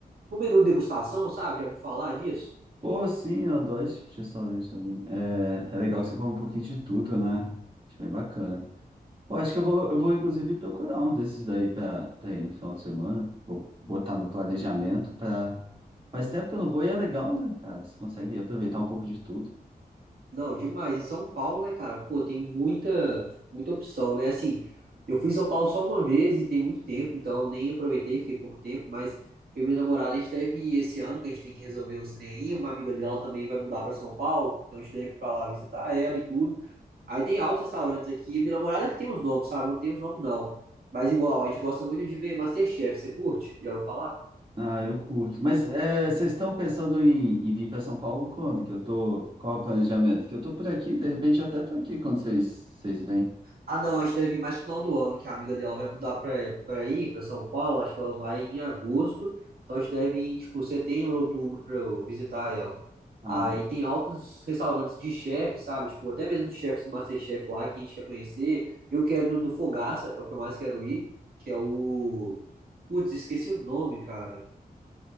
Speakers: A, on the right; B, on the right.
A: Um menu degustação, sabe? Já viu falar disso?
B: Pô, sim, eu adoro esse tipo de restaurante também. É, é legal que você come um pouquinho de tudo, né? Acho bem bacana. Pô, acho que eu vou, eu vou inclusive procurar um desses daí pra, pra ir no final de semana. Vou botar no planejamento pra... Faz tempo que eu não vou e é legal, né, cara? Você consegue aproveitar um pouco de tudo.
A: Não, demais. E São Paulo, né, cara? Pô, tem muita, muita opção, né? Assim, eu fui em São Paulo só uma vez e tem muito tempo, então eu nem aproveitei, fiquei pouco tempo, mas eu e minha namorada, a gente deve ir esse ano, que a gente tem que resolver uns trem aí. Uma amiga dela também vai mudar pra São Paulo, então a gente deve ir pra lá visitar ela e tudo. Aí tem altos restaurantes aqui. Minha namorada que tem os nomes, sabe? Eu não tem os nomes, não. Mas igual, a gente gosta muito de ver MasterChef. Você curte? Já ouviu falar?
B: Ah, eu curto. Mas é, vocês estão pensando em, em vir para São Paulo quando? Que eu tô... Qual é o planejamento? Que eu tô por aqui, de repente eu até tô aqui quando vocês, vocês vêm.
A: Ah, não, a gente deve ir mais pro final do ano, que a amiga dela vai mudar pra, pra aí, pra São Paulo. Acho que ela vai em agosto. Então a gente deve ir, tipo, setembro, outubro pra eu visitar ela.
B: Ah,
A: Aí tem altos restaurantes de chefe, sabe? Tipo, até mesmo os chefes do MasterChef lá que a gente quer conhecer. Eu quero no do Fogaça, é o que eu mais quero ir, que é o. Putz, esqueci o nome, cara.